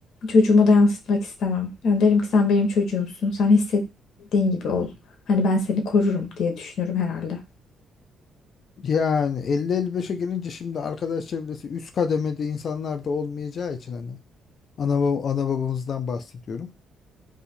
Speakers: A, on the left (about 70°); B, on the left (about 55°).
A: çocuğuma da yansıtmak istemem. Yani derim ki sen benim çocuğumsun sen hissettiğin gibi ol. Hani ben seni korurum diye düşünürüm herhalde.
B: Yani 50-55'e gelince şimdi arkadaş çevresi üst kademede insanlar da olmayacağı için hani. Ana, bab- ana babamızdan bahsediyorum.